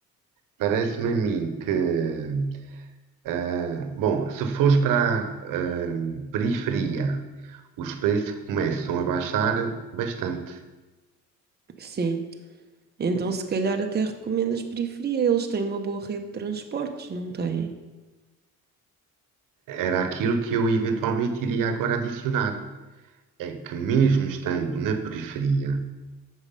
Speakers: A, on the right (about 85°); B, on the right (about 30°).
A: parece-me a mim que, eh, bom, se fores para a ehm, periferia, os preços começam a baixar bastante.
B: Sim. Então, se calhar até recomendo as periferia. Eles têm uma boa rede de transportes, não têm?
A: Era aquilo que eu eventualmente iria agora adicionar. É que mesmo estando na periferia,